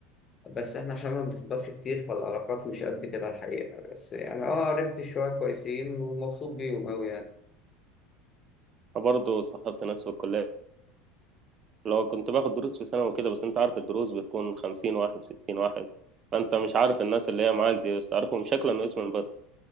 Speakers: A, on the left; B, on the right.
A: بس احنا عشان ما بنحضرش كتير فالعلاقات مش قد كده الحقيقة بس يعني اه عرفت شوية كويسين ومبسوط بيهم أوي يعني
B: برضه صاحبت ناس في الكلية لو كنت باخد دروس في ثانوي وكده بس انت عارف الدروس بتكون خمسين واحد ستين واحد فانت مش عارف الناس اللي هي معاك دي بس عارفهم شكلا واسما بس